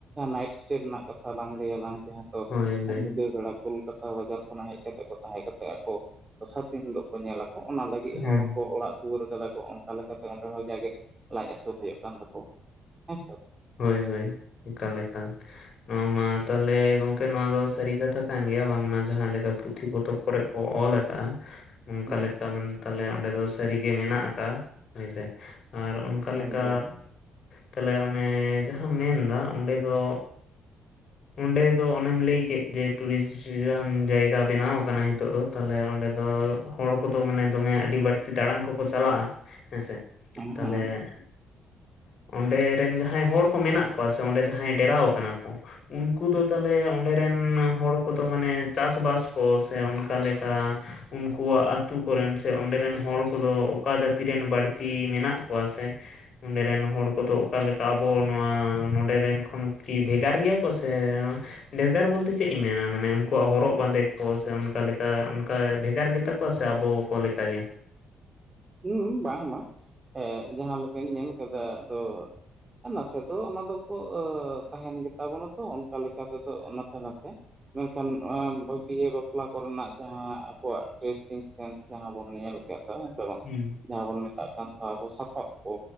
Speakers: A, on the right; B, on the left.
A: ᱱᱟᱭᱤᱴ ᱥᱴᱮ ᱨᱮᱱᱟᱜ ᱠᱟᱛᱷᱟ ᱞᱟᱝ ᱞᱟᱹᱭᱟᱞᱟᱝ ᱡᱮ ᱦᱮᱸ ᱛᱚ᱾
B: ᱦᱳᱭ ᱦᱳᱭ
A: ᱧᱤᱫᱟᱹ ᱵᱮᱲᱟ ᱠᱳᱞᱠᱟᱛᱟ ᱵᱟᱡᱟᱨ ᱠᱷᱚᱱᱟᱜ ᱦᱮᱡ ᱠᱟᱛᱮ ᱠᱚ ᱛᱟᱦᱮᱸ ᱠᱟᱛᱮ ᱟᱠᱚ ᱫᱚᱥᱟᱨ ᱫᱤᱱ ᱦᱤᱞᱳᱜ ᱠᱚ ᱧᱮᱞ᱾ ᱚᱱᱟ ᱞᱟᱹᱜᱤᱜ
B: ᱦᱩᱸ ᱦᱩᱸ
A: ᱦᱚᱲ ᱦᱚᱸᱠᱚ ᱚᱲᱟᱜ ᱫᱩᱣᱟᱹᱨ ᱠᱟᱫᱟ ᱠᱚ ᱚᱱᱠᱟ ᱞᱮᱠᱟᱛᱮ ᱚᱸᱰᱮ ᱦᱚᱸ ᱡᱟᱜᱮ ᱞᱟᱡ ᱟᱹᱥᱩᱞ ᱦᱳᱭᱳᱜ ᱠᱟᱱ ᱛᱟᱠᱚ ᱦᱮᱸᱥᱮ᱾
B: ᱦᱳᱭ ᱦᱳᱭ ᱮᱠᱟᱞ ᱮᱠᱟᱞ᱾ ᱱᱚᱣᱟ ᱢᱟ ᱛᱟᱦᱞᱮ ᱜᱚᱝᱠᱮ ᱱᱚᱣᱟ ᱫᱚ ᱥᱟᱹᱨᱤ ᱠᱟᱛᱷᱟ ᱠᱟᱱ ᱜᱮᱭᱟ ᱵᱟᱝᱢᱟ ᱡᱟᱦᱟᱸ ᱞᱮᱠᱟ ᱯᱩᱛᱷᱤ ᱯᱚᱛᱚᱵ ᱠᱚᱨᱮ ᱠᱚ ᱚᱞ ᱠᱟᱜᱼᱟ᱾ ᱚᱝᱠᱟ
A: ᱦᱮᱸ
B: ᱞᱮᱠᱟ ᱢᱮᱱ ᱛᱟᱸᱞᱮ ᱚᱸᱰᱮ ᱫᱚ ᱥᱟᱹᱨᱤ ᱜᱮ ᱢᱮᱱᱟᱜ ᱠᱟᱜᱼᱟ ᱦᱳᱭ ᱥᱮ ᱟᱨ ᱠᱟ
A: ᱦᱮᱸ
B: ᱞᱮᱠᱟ
A: ᱦᱮᱸ
B: ᱛᱟᱦᱞᱮ ᱚᱱᱮ ᱡᱟᱦᱟᱸᱢ ᱢᱮᱱ ᱫᱟ ᱚᱸᱰᱮ ᱫᱚ ᱚᱸᱰᱮ ᱫᱚ ᱚᱱᱮᱢ ᱞᱟᱹᱭ ᱠᱮᱜ ᱡᱮ ᱴᱩᱨᱤᱥᱡᱟᱱ ᱡᱟᱭᱜᱟ ᱵᱮᱱᱟᱣ ᱠᱟᱱᱟ ᱱᱤᱛᱚᱜ ᱫᱚ ᱛᱟᱦᱞᱮ ᱚᱸᱰᱮ ᱫᱚ ᱦᱚᱲ ᱠᱚᱫᱚ ᱢᱟᱱᱮ ᱫᱚᱢᱮ ᱟᱹᱰᱤ ᱵᱟᱹᱲᱛᱤ ᱫᱟᱲᱟᱱ ᱠᱚᱠᱚ ᱪᱟᱞᱟᱜᱼᱟ ᱦᱮᱸᱥᱮ᱾
A: ᱦᱮᱸ
B: ᱛᱟᱦᱞᱮ
A: ᱦᱮᱸ
B: ᱚᱸᱰᱮ ᱰᱮᱱ ᱡᱟᱦᱟᱸᱭ ᱦᱚᱲ ᱠᱚ ᱢᱮᱱᱟᱜ ᱠᱚᱣᱟ ᱥᱮ ᱚᱸᱰᱮ ᱡᱟᱦᱟᱸᱭ ᱰᱮᱨᱟᱣ ᱠᱟᱱᱟ ᱠᱚ ᱩᱱᱠᱩ ᱫᱚ ᱛᱟᱦᱞᱮ ᱚᱸᱰᱮᱨᱮᱱ ᱦᱚᱲ ᱠᱚᱫᱚ ᱢᱟᱱᱮ ᱪᱟᱥ ᱵᱟᱥ ᱠᱚ ᱥᱮ ᱚᱱᱠᱟ ᱞᱮᱠᱟ᱾ ᱩᱱᱠᱩᱣᱟᱜ ᱟᱹᱛᱩ ᱠᱚᱨᱮᱱ ᱥᱮ ᱚᱸᱰᱮ ᱨᱮᱱ ᱦᱚᱲ ᱠᱚᱫᱚ ᱚᱠᱟ ᱡᱟᱹᱛᱤ ᱨᱮᱱ ᱵᱟᱹᱲᱛᱤ ᱢᱮᱱᱟᱜ ᱠᱚᱣᱟ? ᱥᱮ ᱚᱸᱰᱮ ᱨᱮᱱ ᱦᱚᱲ ᱠᱚᱫᱚ ᱚᱠᱟ ᱞᱮᱠᱟ ᱟᱵᱚ ᱱᱚᱣᱟ ᱱᱚᱸᱰᱮ ᱨᱮᱱ ᱠᱷᱚᱱ ᱠᱤ ᱵᱷᱮᱜᱟᱨ ᱜᱮᱭᱟ ᱠᱚ? ᱥᱮ ᱵᱷᱮᱜᱟᱨ ᱵᱚᱞᱛᱮ ᱪᱮᱫ ᱤᱧ ᱢᱮᱱᱟ ᱢᱟᱱᱮ ᱩᱱᱠᱩᱣᱟᱜ ᱦᱚᱨᱚᱜ ᱵᱟᱸᱫᱮ ᱠᱚ ᱥᱮ ᱚᱱᱠᱟ ᱞᱮᱠᱟ ᱚᱱᱠᱟ ᱵᱷᱮᱜᱟᱨ ᱜᱮᱛᱟ ᱠᱚᱣᱟ ᱥᱮ ᱟᱵᱚ ᱠᱚ ᱞᱮᱠᱟ ᱜᱮ?
A: ᱦᱩᱸ ᱵᱟᱝ ᱵᱟᱝ ᱮ ᱡᱟᱦᱟᱸ ᱞᱮᱠᱟᱧ ᱧᱮᱞ ᱠᱟᱫᱟ ᱟᱫᱚ ᱱᱟᱥᱮ ᱫᱚ ᱚᱱᱟ ᱫᱚᱠᱚ ᱛᱟᱦᱮᱱ ᱜᱮᱛᱟ ᱵᱚᱱᱟ ᱛᱚ ᱚᱱᱠᱟ ᱞᱮᱠᱟ ᱛᱮᱫᱚ ᱱᱟᱥᱮ ᱱᱟᱥᱮ᱾ ᱢᱮᱱᱠᱷᱟᱱ ᱮ ᱵᱤᱦᱟᱹ ᱵᱟᱯᱞᱟ ᱠᱚᱨᱮᱱᱟᱜ ᱡᱟᱦᱟ ᱟᱵᱚᱣᱟᱜ ᱰᱨᱮᱥᱤᱝ ᱥᱮᱱᱥ ᱡᱟᱦᱟ ᱚᱱᱟᱵᱚᱱ ᱧᱮᱞ ᱠᱟᱜ ᱟ ᱦᱮ ᱥᱮ ᱵᱟᱝ
B: ᱦᱩᱸ᱾
A: ᱡᱟᱦᱟ ᱵᱚᱱ ᱢᱮᱛᱟᱜ ᱠᱟᱱ ᱟᱵᱚ ᱥᱟᱯᱟᱵ ᱠᱚ᱾